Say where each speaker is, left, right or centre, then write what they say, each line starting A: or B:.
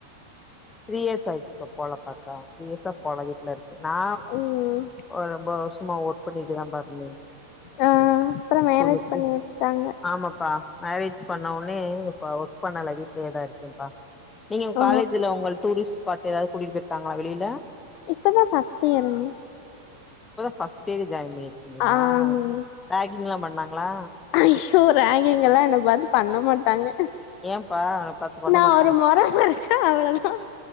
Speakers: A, on the left; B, on the left.
A: த்ரீ இயர்ஸ் ஆயிருச்சுப்பா போல பாத்தா த்ரீ இயர்ஸா பொழகீட்டுல இருக்கே நா
B: ம்
A: ஒரு ஒம்போது வருஷமா ஒர்க் பண்ணிட்டுதாப்பா இருந்தே
B: ஆ அப்றோ
A: ஸ்கூலுக்கு
B: மேரேஜ் பண்ணி வச்சுட்டாங்க
A: ஆமாப்பா மேரேஜ் பண்ண உன்னே இப்ப ஒர்க் பண்ணல வீட்லயேதா இருக்கேன்ப்பா நீங்க எங்க
B: ஓ
A: காலேஜ்ல உங்கள டூரிஸ்ட் ஸ்பாட்டு ஏதாவது கூட்டிட்டு போய்ருக்காங்ளா வெளில
B: இப்பதா ஃபர்ஸ்ட் இறங்கு
A: இப்பதா ஃபர்ஸ்ட் இயரே ஜாயின் பண்ணிருக்கீங்ளா
B: ஆமா
A: ரேக்கிங் எல்லா பண்ணாங்ளா
B: ஐயோ ரேகிங் எல்லா என்ன பாத்து பண்ண மாட்டாங்க
A: ஏன்ப்பா உன்ன பாத்து பண்ண
B: நான்
A: மாட்டாங்க
B: ஒரு மொர மொரச்ச அவ்ளோதா